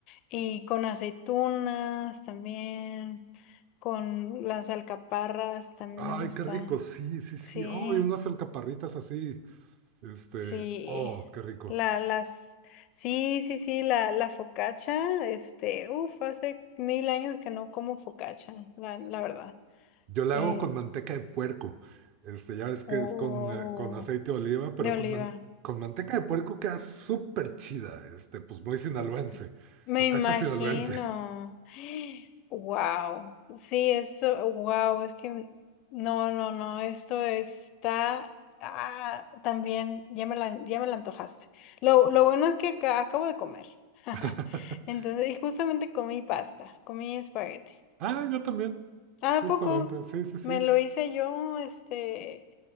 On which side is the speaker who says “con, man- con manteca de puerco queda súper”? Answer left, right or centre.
Right